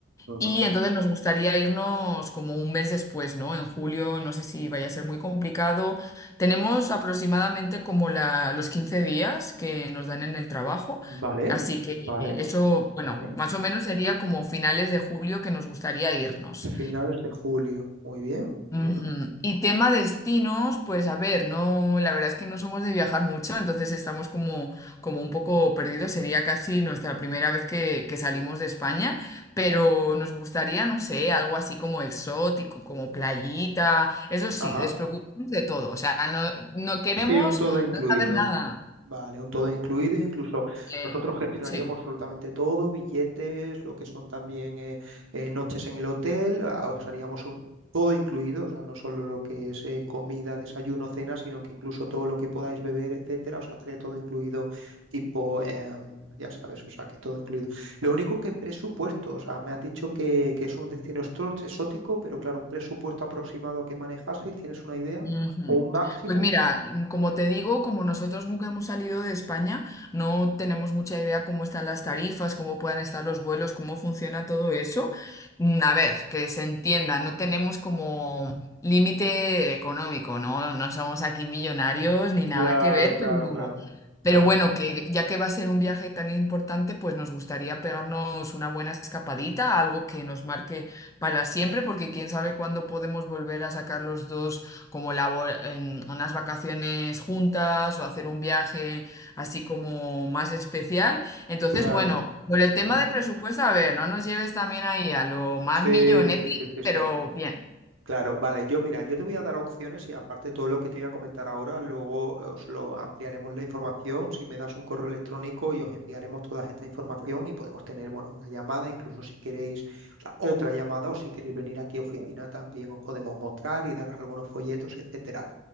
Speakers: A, on the right; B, on the left.
A: Ujú.
B: Y entonces nos gustaría irnos como un mes después, ¿no? En julio, no sé si vaya a ser muy complicado. Tenemos aproximadamente como la, los 15 días que nos dan en el trabajo,
A: Vale,
B: así que
A: vale,
B: eh, eso, bueno,
A: vale.
B: más o menos sería como finales de julio que nos gustaría irnos.
A: Finales de julio. Muy bien.
B: Ujú.
A: Ujú.
B: Y tema destinos, pues a ver, no, la verdad es que no somos de viajar mucho, entonces estamos como, como un poco perdidos. Sería casi nuestra primera vez que, que salimos de España, pero nos gustaría, no sé, algo así como exótico, como playita. Eso sí,
A: Ajá.
B: despreocuparnos de todo. O sea, no, no queremos
A: Sí, un todo incluido.
B: no saber nada.
A: Vale, un todo incluido, incluso
B: Eh,
A: nosotros gestionaríamos
B: sí.
A: absolutamente todo, billetes, lo que son también eh, eh, noches en el hotel, a- os haríamos un todo incluido, o sea, no solo lo que es eh, comida, desayuno, cena, sino que incluso todo lo que podáis beber, etcétera, os haré todo incluido, tipo, em, ya sabes, o sea, que todo incluido. Lo único que presupuesto, o sea, me has dicho que, que es un destino extor- exótico, pero claro, un presupuesto aproximado que manejaseis, ¿tienes una idea?
B: Ujú.
A: ¿O un máximo?
B: Pues mira, mm, como te digo, como nosotros nunca hemos salido de España, no tenemos mucha idea cómo están las tarifas, cómo puedan estar los vuelos, cómo funciona todo eso. Mm, A ver, que se entienda, no tenemos como límite económico, ¿no? No somos aquí millonarios ni nada
A: Claro,
B: que ver,
A: claro,
B: pero,
A: claro.
B: pero
A: Claro.
B: bueno, que ya que va a ser un viaje tan importante, pues nos gustaría pegarnos una buena escapadita, algo que nos marque para siempre, porque quién sabe cuándo podemos volver a sacar los dos como labor, en unas vacaciones juntas o hacer un viaje así como más especial. Entonces,
A: Claro,
B: bueno, por el tema
A: claro.
B: de presupuesto, a ver, no nos lleves también ahí a lo más
A: Sí,
B: millonetti,
A: sí, sí, sí, sí.
B: pero bien.
A: Claro, vale, yo mira, yo te voy a dar opciones y aparte todo lo que te voy a comentar ahora, luego eh, os lo ampliaremos la información, si me das un correo electrónico y os enviaremos toda esta información y podemos tener, bueno, una llamada, incluso si queréis, o sea, otra llamada o si queréis venir aquí a oficina también os podemos mostrar y daros algunos folletos, etcétera.